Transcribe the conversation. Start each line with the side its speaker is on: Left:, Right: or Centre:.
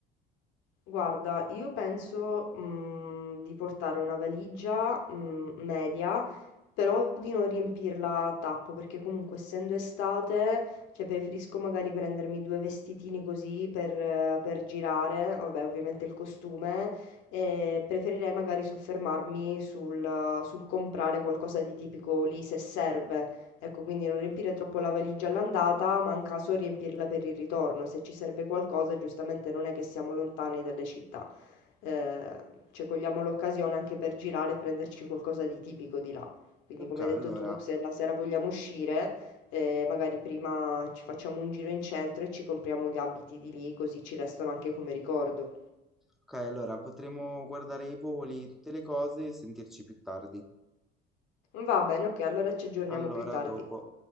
Left: Guarda, io penso, mhmm, di portare una valigia, mhmm, media, però di non riempirla a tappo, perché comunque essendo estate, cioè preferisco magari prendermi 2 vestitini così per eh, per girare, vabbè ovviamente il costume, e preferirei magari soffermarmi sul sul comprare qualcosa di tipico lì se serve. Ecco, quindi non riempire troppo la valigia all'andata, ma in caso riempirla per il ritorno. Se ci serve qualcosa, giustamente non è che siamo lontani dalle città. Eh, cioè, cogliamo l'occasione anche per girare e prenderci qualcosa di tipico di là. Quindi,
Centre: Ok,
Left: come
Centre: allora,
Left: hai detto tu, se la sera vogliamo uscire, eh, magari prima ci facciamo un giro in centro e ci compriamo gli abiti di lì, così ci restano anche come ricordo.
Centre: ok, allora potremo guardare i voli, tutte le cose e sentirci più tardi.
Left: Va bene, ok, allora ci aggiorniamo
Centre: Allora,
Left: più tardi.
Centre: dopo.